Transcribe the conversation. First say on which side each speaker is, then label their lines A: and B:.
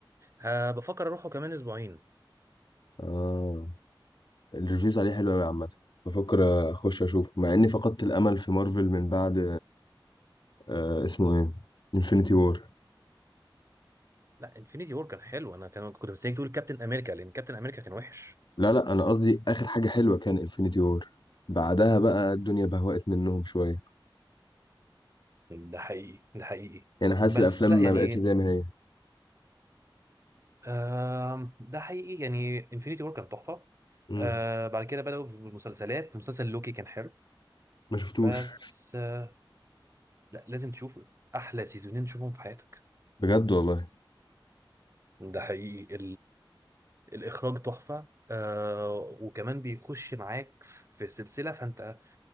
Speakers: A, on the right (about 35°); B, on the left (about 60°).
A: آه بفكر اروحه كمان اسبوعين
B: آه الريفيوز عليه حلوة أوي عامة بفكر أخش أشوفه مع إني فقدت الأمل في مارفل من بعد آه اسمه إيه؟ انفينيتي وور
A: لا انفينيتي وور كان حلو انا كان كنت مستنيك تقول كابتن امريكا لان كابتن امريكا كان وحش
B: لا لا أنا قصدي آخر حاجة حلوة كان انفينيتي وور بعدها بقى الدنيا بهوأت منهم شوية
A: ده حقيقي ده حقيقي
B: يعني حاسس
A: بس
B: الأفلام
A: لا
B: ما
A: يعني
B: بقتش زي ما هي
A: آه ده حقيقي يعني انفينيتي وور كان تحفة
B: مم.
A: آه بعد كده بدأوا بالمسلسلات مسلسل لوكي كان حلو
B: ما شفتوش
A: بس آه لا لازم تشوفه احلى سيزونين تشوفهم في حياتك
B: بجد والله
A: ده حقيقي الإخراج تحفة آه وكمان بيخش معاك في سلسلة فأنت